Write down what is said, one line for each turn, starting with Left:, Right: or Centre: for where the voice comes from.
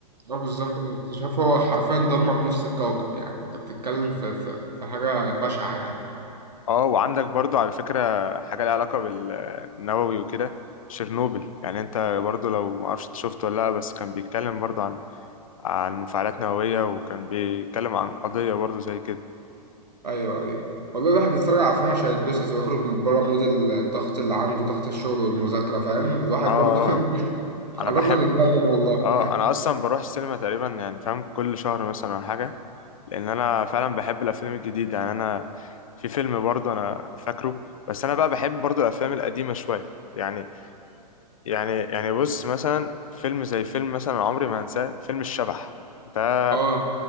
Right: اه بالظبط الاكتشاف هو حرفيا دمر نص الكوكب يعني انت بتتكلم في في في حاجة بشعة يعني
Left: اه وعندك برضو على فكرة حاجة ليها علاقة بالنووي وكده شيرنوبل يعني انت برضو لو معرفش إنت شفته ولا لا بس كان بيتكلم برضو عن عن مفاعلات نووية وكان بيتكلم عن قضية برضو زي كده
Right: ايوه ايوه والله الواحد بيتفرج على افلام عشان يتبسط ويخرج من بره مود الضغط اللي عنده ضغط الشغل والمذاكره فاهم الواحد
Left: اه آه،
Right: برضو
Left: آه.
Right: <laughs>
Left: انا
Right: قربنا
Left: بحب
Right: نتجنن والله
Left: اه انا اصلا بروح السينما تقريبا يعني فاهم كل شهر مثلا او حاجة لان انا فعلا بحب الافلام الجديدة يعني انا في فيلم برضو انا فاكره بس انا بقى بحب برضو الافلام القديمة شوية يعني يعني يعني بص مثلا فيلم زي فيلم مثلا عمري ما هنساه فيلم الشبح ده
Right: اه اه